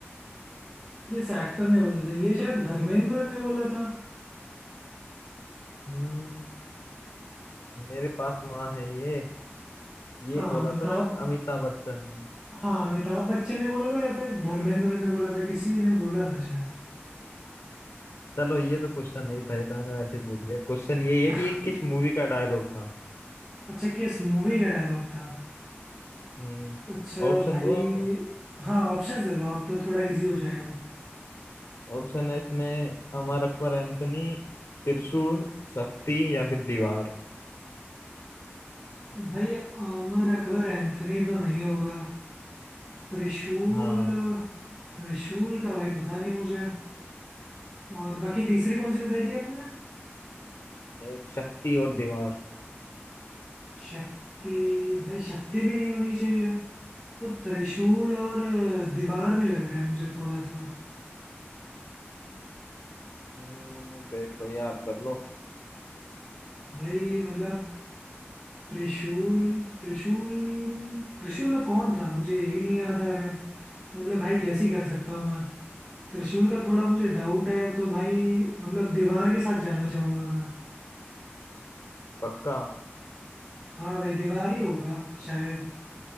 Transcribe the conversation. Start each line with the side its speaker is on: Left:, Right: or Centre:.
Right: किस एक्टर ने बोला था ये शायद धर्मेंद्र ने बोला था
Left: हम्म मेरे पास माँ है ये ये
Right: हाँ
Left: बोला
Right: अमिताभ
Left: था शायद अमिताभ बच्चन ने
Right: हाँ अमिताभ बच्चन ने बोला था या फिर धर्मेंद्र ने बोला था किसी ने बोला था शायद
Left: चलो ये तो क्वेश्चन नहीं था ये तो मैंने वैसे ही पूछ लिया क्वेश्चन यही है
Right: <laughs>
Left: कि ये किस मूवी का डायलॉग था
Right: अच्छा किस मूवी का डायलॉग था
Left: हम्म
Right: अच्छा
Left: ऑप्शन
Right: भाई
Left: दो आप
Right: हाँ ऑप्शंस दे दो आप तो थोड़ा इजी हो जाएगा
Left: ऑप्शन है इसमें अमर अकबर एंथनी त्रिशूल शक्ति या फिर दीवार
Right: भाई आमिर अकबर एंथनी तो नहीं होगा त्रिशूल
Left: हाँ
Right: त्रिशूल का भाई पता नहीं मुझे और बाकी तीसरी कौन सी बताई थी आपने
Left: एक शक्ति और दीवार
Right: शक्ति भाई शक्ति भी नहीं होनी चाहिए तो त्रिशूल और दीवार में लग रहा है मुझे थोड़ा सा
Left: हम्म देख लो याद कर लो
Right: भाई मतलब त्रिशूल त्रिशूल त्रिशूल में कौन था मुझे यही नहीं याद आ रहा तो मतलब भाई गैस ही कर सकता हूँ मैं त्रिशूल का थोड़ा मुझे
Left: हाँ,
Right: डाउट है तो भाई मतलब दीवार के साथ जाना चाहूंगा मैं
Left: पक्का
Right: हाँ भाई दीवार ही होगा शायद